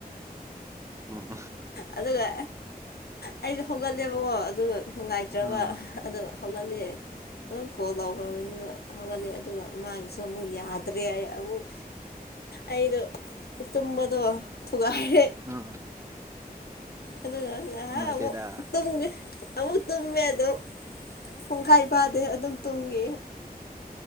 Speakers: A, on the right (about 20°); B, on the left (about 80°).
A: ꯑꯣ
B: ꯑꯗꯨꯒ ꯑꯩꯅ ꯍꯧꯒꯠꯂꯦꯕꯀꯣ ꯑꯗꯨꯒ ꯅꯨꯡꯉꯥꯏꯇ꯭ꯔꯕ
A: ꯑꯥ
B: ꯑꯗ ꯍꯧꯒꯠꯂꯦ ꯑꯗꯨꯝ ꯀꯣꯜ ꯂꯧꯈ꯭ꯔꯕꯅꯤꯅ ꯍꯧꯒꯠꯂꯦ ꯑꯗꯨꯒ ꯃꯥꯒꯤꯁꯨ ꯑꯃꯨꯛ ꯌꯥꯗ꯭ꯔꯦ ꯍꯥꯏ ꯑꯃꯨꯛ ꯑꯩꯗꯣ ꯇꯨꯝꯕꯗꯣ ꯊꯨꯒꯥꯏ
A: ꯑꯥ
B: ꯑꯗꯨꯒ ꯉꯥꯏꯍꯥꯛ
A: ꯅꯨꯡꯉꯥꯏꯇꯦꯗ
B: ꯑꯃꯨꯛ ꯇꯨꯝꯒꯦ ꯑꯃꯨꯛ ꯇꯨꯝꯃꯦ ꯑꯗꯨꯝ ꯄꯨꯡꯈꯥꯏ ꯐꯥꯗꯦ ꯑꯗꯨꯝ ꯇꯨꯝꯈꯤ